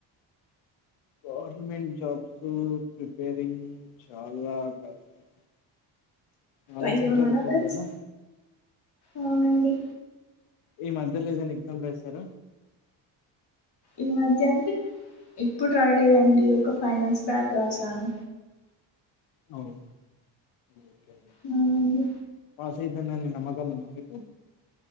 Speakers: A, on the left (about 70°); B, on the left (about 50°).
A: గవర్నమెంట్ జాబ్స్ ప్రిపేరింగ్ చాలా కష్టం చాలా
B: అయ్యో
A: సేపు చదువుకోవాలి
B: మన బ్యాచ్
A: కదా
B: అవునండి.
A: ఈ మధ్యలో ఏదన్నా ఎగ్జామ్ రాసార
B: ఈ మధ్య అండి ఇప్పుడు రాయలేదండి ఒక ఫైవ్ మంత్స్ బ్యాక్ రాసాను.
A: అవును ఓకే
B: అవునండి
A: పాస్అయితనాని నమ్మకం ఉందా మీకు